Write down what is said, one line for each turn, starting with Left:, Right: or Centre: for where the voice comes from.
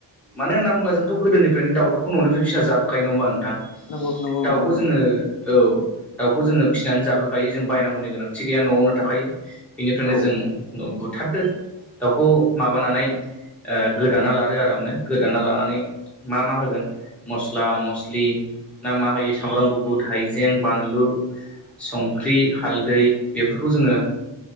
Centre: मानो होनना बुंब्ला जों थ' गोदोनिफ्रायनो दाउफोरखौ न'निफ्राय फिना जाबाखायो नंङा होमबा नोंथां
Left: नंगौ नंगौ नोंथां
Centre: दाउखौ
Left: नंगौ
Centre: जोङो औ दाउखौ जोंङो फिसिनानै जाबोखायो जों बायनांगौनि गोनांथि गैया न'आवनो थाखायो। बेनिफ्रायनो
Left: औ
Centre: जों बुथारदो दाउखौ माबानानै ओ गोदाना लादो आरामनो गोदाना लानानै मा मा होगोन मस्ला मस्लि ना मा होयो सामब्राम गुफुर हाइजें बानलु संख्रि हालदै बेफोरखौ जोंङो